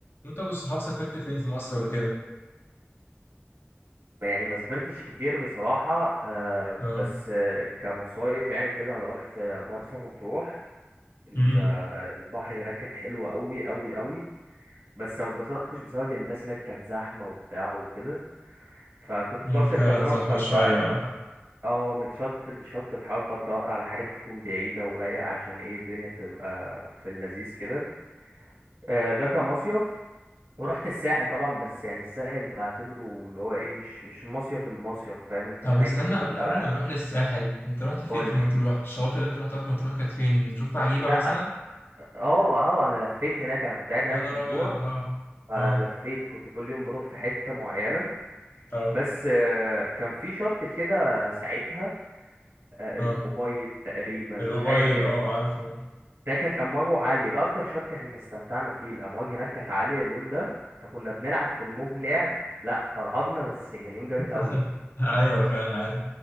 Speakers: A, on the left (about 60°); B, on the right (about 80°).
A: وانت والصحاب سافرت فين في مصر قبل كده؟
B: يعني ما سافرتش كتير بصراحة آه،
A: اه
B: بس آه، كمصايف يعني وكده أنا روحت آه، مرسى مطروح ال-
A: امم
B: آه، البحر هناك كان حلو أوي أوي أوي بس ما اتبسطتش بسبب الناس هناك كانت زحمة وبتاع وكده فكنت بتقعد
A: هي فعلا
B: تتنقل
A: زحمة شوية
B: بقى
A: اه
B: اه من شط لشط تحاول بقى تدور على حاجات تكون بعيدة ورايقة عشان ايه الدنيا تبقى في اللذيذ كده آه، ده كمصيف ورحت الساحل طبعا بس يعني الساحل بعتبره اللي هو ايه مش مش مصيف المصيف فاهم انت
A: طب
B: هناك
A: استنى
B: بتبقى
A: قبل قبل ما نروح للساحل انت رحت فين
B: قول
A: في مطروح؟ الشواطئ اللي انت رحتها في مطروح كانت فين؟ شفت عجيبة
B: لي لا
A: مثلا؟
B: اه اه انا لفيت هناك انا كنت قاعد
A: يا
B: هناك
A: نهار
B: اسبوع
A: ابيض اه
B: فلفيت
A: اه
B: كنت كل يوم بروح في حتة معينة
A: اه
B: بس آه، كان في شط كده ساعتها آه،
A: اه
B: الأبيض تقريبا
A: الأبيض
B: حاجة كده
A: اه عارفه
B: ده كانت أمواجه عالية ده أكتر شط احنا استمتعنا فيه الأمواج هناك كانت عالية اليوم ده فكنا بنلعب في الموج لعب لا فرهضنا بس كان يوم جامد
A: <laughs>
B: قوي
A: ايوه فعلا عارف